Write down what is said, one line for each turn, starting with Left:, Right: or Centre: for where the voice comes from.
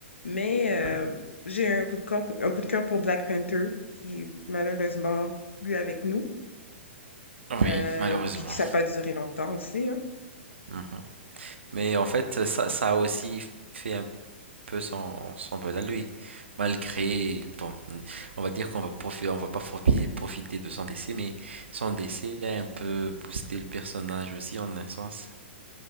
Left: Mais euh,
Right: mhm.
Left: j'ai un coup de cœur, un coup de cœur pour Black Panther, qui est malheureusement plus avec nous, euh,
Right: Oui, malheureusement.
Left: puis que ça n'a pas duré longtemps aussi, hein.
Right: Mhm. Mais en fait, ça, ça a aussi fait un peu son, son buzz à lui. Malgré, bon, on va dire qu'on va profi- on va pas profi- profiter de son décès, mais son décès a un peu boosté le personnage aussi en un sens.